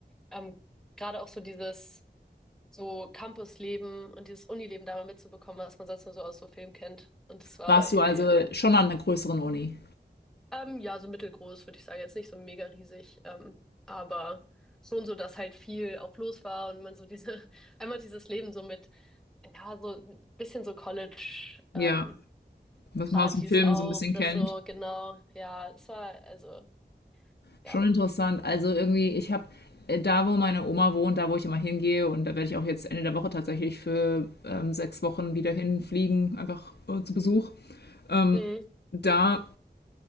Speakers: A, in the centre; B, on the left (about 75°).
A: Ähm, gerade auch so dieses so Campusleben und dieses Unileben da mal mitzubekommen, was man sonst nur so aus so Filmen kennt. Und es war
B: Warst
A: irgendwie
B: du also schon an einer größeren Uni?
A: Ähm, ja, so mittelgroß, würde ich sagen. Jetzt nicht so mega riesig, ähm, aber schon so, dass halt viel auch los war und man so diese, <laughs> einmal dieses Leben so mit, ja, so ein bisschen so College,
B: ja,
A: ähm,
B: was
A: Partys
B: man aus dem Film
A: auch,
B: so ein bisschen
A: das
B: kennt.
A: so, genau, ja, es war, also,
B: Schon
A: ja,
B: interessant. Also irgendwie, ich habe da, wo meine Oma wohnt, da, wo ich immer hingehe, und da werde ich auch jetzt Ende der Woche tatsächlich für ähm, sechs Wochen wieder hinfliegen, einfach äh, zu Besuch. Ähm,
A: mhm,
B: da